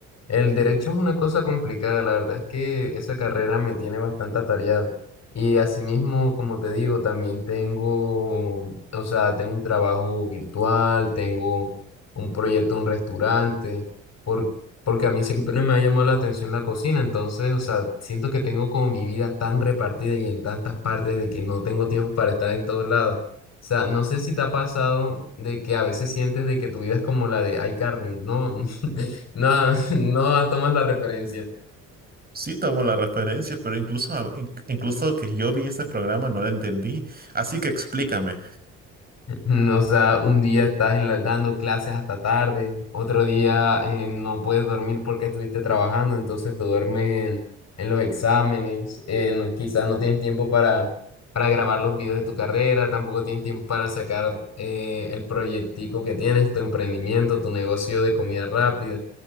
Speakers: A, on the left; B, on the right.
A: El derecho es una cosa complicada, la verdad es que esa carrera me tiene bastante atareado. Y asimismo, como te digo, también tengo, o sea, tengo un trabajo virtual, tengo un proyecto, un restaurante porque a mí siempre me ha llamado la atención la cocina, entonces, o sea, siento que tengo como mi vida tan repartida y en tantas partes de que no tengo tiempo para estar en todos lados. O sea, no sé si te ha pasado de que a veces sientes de que tu vida es como la de iCarly, no, <laughs> no, <laughs> no tomas la referencia.
B: Sí, tomo la referencia, pero incluso, a- in- incluso que yo vi ese programa no lo entendí, así que explícame.
A: <laughs> O sea, un día estás en la- dando clases hasta tarde, otro día eh, no puedes dormir porque estuviste trabajando, entonces te duermes en, en los exámenes, eh, no- quizás no tienes tiempo para, para grabar los videos de tu carrera, tampoco tienes tiempo para sacar eh, el proyectico que tienes, tu emprendimiento, tu negocio de comida rápida.